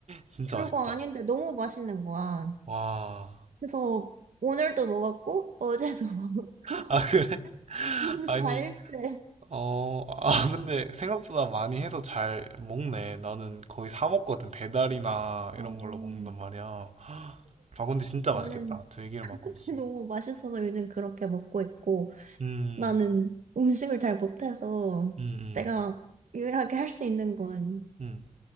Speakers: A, on the right; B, on the right.
A: 진짜
B: 별거
A: 맛있겠다.
B: 아닌데 너무 맛있는 거야.
A: 와,
B: 그래서 오늘도 먹었고, 어제도 <laughs> 먹었고,
A: 아, 그래? <laughs>
B: 지금
A: 아니,
B: 4일째.
A: 어, 아, <laughs> 근데 생각보다 많이 해서 잘 먹네. 나는 거의 사 먹거든. 배달이나
B: 어,
A: 이런 걸로 먹는단 말이야. <gasps> 아, 근데 진짜
B: 나는
A: 맛있겠다. 들기름 막국수.
B: 너무 맛있어서 요즘 그렇게 먹고 있고,
A: 음,
B: 나는 음식을 잘 못해서
A: 음, 음,
B: 내가 유일하게 할 수 있는 건
A: 음,